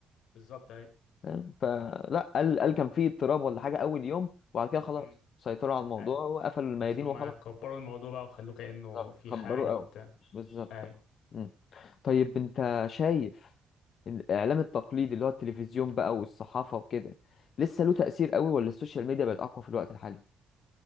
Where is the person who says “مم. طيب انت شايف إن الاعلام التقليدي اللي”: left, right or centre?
Left